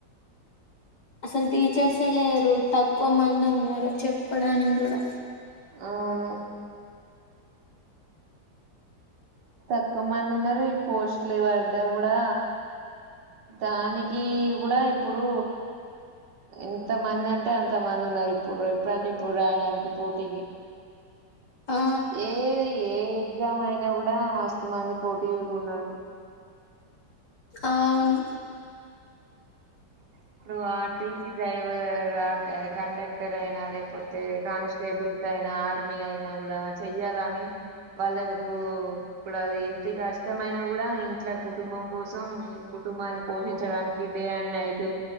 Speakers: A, on the left; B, on the right.
A: అసలు టీచర్సే లేరు తక్కువ మంది ఉన్నారు చెప్పడానికి కూడా
B: అవును తక్కువ మంది ఉన్నారు ఈ పోస్టులు పడ్డ గూడా దానికి గూడా ఇప్పుడు ఇంత మంది అంటే అంత మంది ఉన్నారు ఇప్పుడు ఇప్పుడంటే ఇప్పుడు రాయడానికి పోటీకి
A: ఆ
B: ఏది ఏ ఎగ్జామ్ అయినా కూడా మస్తు మంది పోటీ లకున్నారు
A: ఆ అవును
B: ఇప్పుడు ఆ టీసీ డ్రైవర్ అ కండక్టర్ అయినా లేకపోతే కానిస్టేబుల్ క అయినా ఆర్మీ అయినా కూడా చెయ్యాలని వాళ్ళకు ఇప్పుడు అది ఇంటికిష్ట ఇమైనా కూడా ఇంట్లో కు కుటుంబం కోసం కుటుంబాన్ని పోషించడానికి ఇ డే అండ్ నైట్